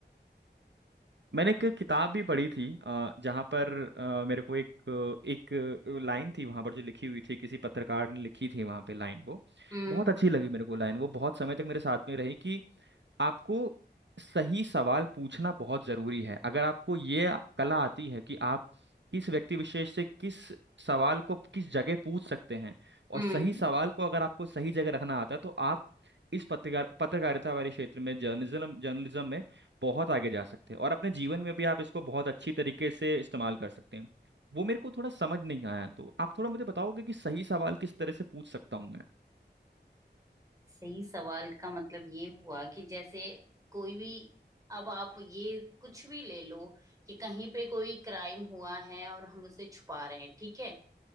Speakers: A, on the right; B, on the right.
A: मैंने एक किताब भी पढ़ी थी अ, जहाँ पर अ, मेरे को एक एक लाइन थी वहाँ पर जो लिखी हुई थी किसी पत्रकार ने लिखी थी वहाँ पे लाइन वो
B: हम्म
A: बहुत अच्छी लगी मेरे को लाइन वो बहुत समय तक मेरे साथ में रही कि आपको सही सवाल पूछना बहुत जरूरी है अगर आपको ये कला आती है कि आप किस व्यक्ति विशेष से किस सवाल को किस जगह पूछ सकते हैं और
B: हम्म
A: सही सवाल को अगर आपको सही जगह रखना आता है तो आप इस पत्रकार पत्रकारिता वाले क्षेत्र में जर्नलिज्म जर्नलिज्म में बहुत आगे जा सकते हैं और अपने जीवन में भी आप इसको बहुत अच्छी तरीके से इस्तेमाल कर सकते हैं वो मेरे को थोड़ा समझ नहीं आया तो आप थोड़ा मुझे बताओगे कि सही सवाल किस तरह से पूछ सकता हूँ मैं
B: सही सवाल का मतलब ये हुआ कि जैसे कोई भी अब आप ये कुछ भी ले लो कि कहीं पे कोई क्राइम हुआ है और हम उसे छुपा रहे हैं ठीक है